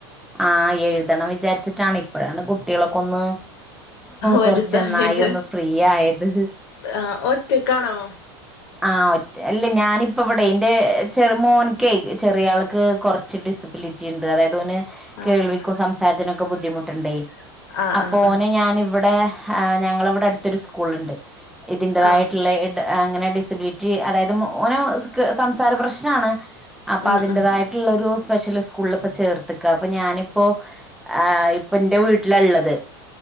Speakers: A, in the centre; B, on the left (about 80°).
A: ആ എഴുതണം വിചാരിച്ചിട്ടാണ് ഇപ്പോഴാണ് കുട്ടികളൊക്കൊന്ന്
B: വലുതായത്
A: കൊറച്ചൊന്നായി ഒന്നായി ഒന്ന് ഫ്രീ ആയത്.
B: ആ ഒറ്റക്കാണോ?
A: ആ ഒറ്റ അല്ലേ ഞാനിപ്പവാടെയ് ഇന്റെ ചെറു മോൻക്കെയ് ചെറിയാൾക്ക് കുറച്ച് ഡിസ്ബ്ലിറ്റി ഇണ്ട് അതായത് ഓന്
B: ആഹ്
A: കേൾവിക്കും സംസാരത്തിനും ബുദ്ധിമുട്ടുണ്ട് ഇണ്ടേയ്
B: ആഹ്
A: അപ്പൊ
B: ആഹ് ആഹ്
A: ഓന് ഞാൻ ഇവിടെ ആഹ് ഞങ്ങളവടെ അടുത്തൊരു സ്കൂൾ ഇണ്ട് ഇതിന്റെതായിട്ടുള്ള
B: ആഹ്
A: ഇട് അങ്ങനെ ടി ലിബിറ്റി അതായത് മോന് സംസാര പ്രശ്നാണ്. അപ്പൊ
B: ഉം
A: അതിന്റാതായിട്ടുള്ളൊരു
B: ഉം
A: സ്പെഷ്യൽ സ്കൂളിൽ ഇപ്പോ ചേർത്ക്ക അപ്പൊ ഞാന് ഇപ്പൊ ആ ഇപ്പ ഇന്റെ വീട്ടിലാ ഇള്ളത്.